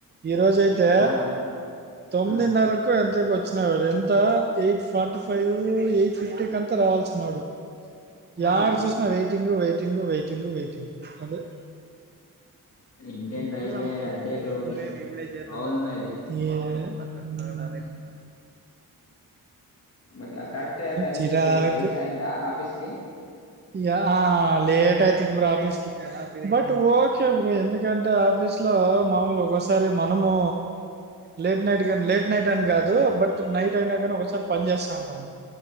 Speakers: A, on the right; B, on the left.
A: ఈ రోజయితే
B: ఆ,
A: తొమ్మిదిన్నరకో
B: ఆ,
A: ఎం తకోచ్చినాడు వాడు ఎంత eight forty five eight fifty కంతా రావాల్సినోడు యాడ
B: ఆ.
A: చూసిన వెయిటింగ్ వెయిటింగ్ వెయిటింగ్ వెయిటింగ్ అదే
B: ఇండియన్ రైల్వే
A: చూజ్సాముండు
B: అదే బ్రో అది
A: నువ్వేమి ఇప్పుడే చేయద్దుండు.
B: ప్రాబ్లమే అది
A: ఏం వెళ్ళిరా నా సంన్డా వెళ్ళిరా
B: ఉమ్. మరి కరెక్ట్గా టైంకి
A: చిరాకు
B: రీచయిందా ఆఫీస్ కి
A: యా లేటయితది బ్రో ఆఫీస్కి బట్ ఓకే బబ్రో ఎందుక అంటే ఆఫీస్ లో మాముూలు ఒకోసారి మనము లేట్ నైటిగ లేట్ నైటని కాదు బట్ నైట్ అయినా కానీ ఒకోసారి పని చేస్తాంటాము.